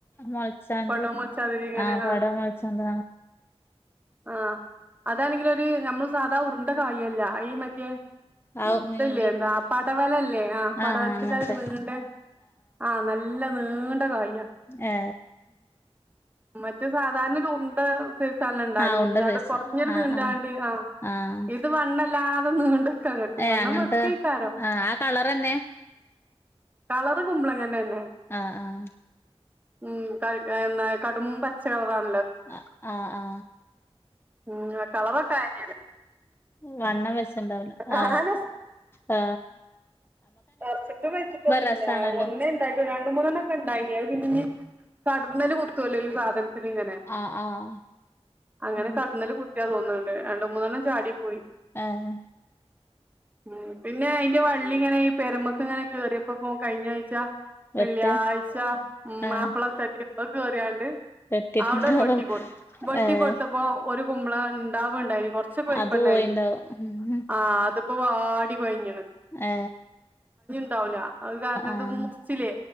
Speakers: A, on the left (about 20°); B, on the right (about 15°).
A: മൊളച്ചാണ്ട്
B: പടോം വെച്ചാതിരി ഇങ്ങനെ
A: ആ പാടെ മൊളച്ചാണ്ട
B: ആ അതാണെങ്കില് ഒരു നമ്മള് സാധാ ഉരുണ്ട കായില്ല ആയി മറ്റേ
A: ആവും
B: ഇതല്ലേ
A: നീണ്ട്
B: എന്താ പടവലല്ലേ ആ പടവലത്തിന്റെ
A: ആഹ് അങ്ങനത്തെ
B: ആ നീണ്ട ആ നല്ല നീണ്ട കായ്
A: ഏ
B: മറ്റെ സാധാരണ ഒരു ഉണ്ട ണ്ടാലൂർ
A: ആഹ് ഉണ്ട സൈസ്
B: കുറഞ്ഞ
A: ആഹ്
B: നീണ്ടാണ്ട്
A: ആഹ്
B: ആ
A: ആഹ്
B: ഇത് വണ്ണല്ലാതെ നീണ്ട്
A: ഏഹ്
B: വണ്ണം
A: അങ്ങനത്തെ
B: വെക്കുക്കാരോ
A: ആഹ് ആ കളറന്നെ
B: കളറ് കുമ്പളങ്ങന്റെണ്
A: ആ ആ
B: ഉം എന്താ കടും പച്ചക്കളറാണ്
A: ആ ആ ആ
B: ഉം കളറൊക്കെ ആ
A: വണ്ണം വെച്ചുണ്ടാവില്ല
B: കാണാൻ
A: ആ ആ
B: ചതച്ചിട്ട് വെച്ചിട്ടൊന്നുല്ല
A: രസാണല്ലോ
B: ഒന്നുമില്ല ഒന്നേ ഇണ്ടായി രണ്ടു മൂന്നെണ്ണം ഒക്കെ ഇണ്ടായിനി കടന്നല് കുത്തുവല്ലോ ഈ സാധനത്തിന് ഇങ്ങനെ
A: ആഹ് ആഹ്
B: അങ്ങനെ
A: ഉം
B: കടന്നല് കു തോന്നുന്നുണ്ട് രണ്ട് മൂന്നെണ്ണം ചാടി പോയി
A: ഏഹ്
B: ഉം പിന്നെ അയിന്റെ വള്ളി ഇങ്ങനെ ഈ പെരമേക്ക് ഇങ്ങനെ കേയറിയപ്പോകും കഴിഞ്ഞ
A: വെട്ട്
B: വെള്ളിയാഴ്ച ഉമാപ്പള
A: ആഹ്
B: ഒക്കെ കേറിയോണ്ട്
A: വെട്ടിട്ടുണ്ടാവും
B: അവിടെ വെട്ടി കൊടുത്ത് വെട്ടി
A: ഏഹ്
B: കൊടുത്തപ്പോ ഒരു കുമ്പളം ഉണ്ടാവുണ്ടായി കൊറച്ചൊക്കെ വലുപ്പണ്ടായിന്
A: അത് പോയിണ്ടാവും
B: ആ അതിപ്പോ വാടി കൊയിഞ്ഞു
A: ഏ
B: ല്ല അത് കാരണത്
A: ആഹ്
B: മുറിച്ചിലെ